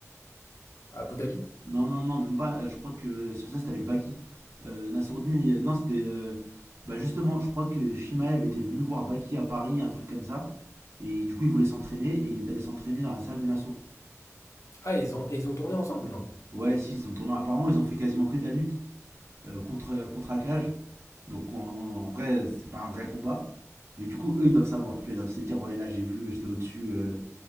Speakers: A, on the left; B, on the right.
A: à Abu Dhabi?
B: Non, non, non, même pas. euh, Je crois que sur ça, c'était avec Baki. Euh, Nassourdine, euh, non, c'était. euh, bah justement, je crois que Shimaev était venu voir Baki à Paris, un truc comme ça. Et du coup, il voulait s'entraîner et il est allé s'entraîner dans la salle de Nassour.
A: Ah, ils ont, et ils ont tourné ensemble, non?
B: Ouais, si, ils sont tournants. Apparemment, ils ont fait quasiment que de la lutte euh, contre, contre Akage. Donc, en, en vrai, c'est pas un vrai combat. Mais du coup, eux, ils doivent savoir. Tu vois, ils doivent se dire, ouais, là, j'ai vu, j'étais au-dessus. euh,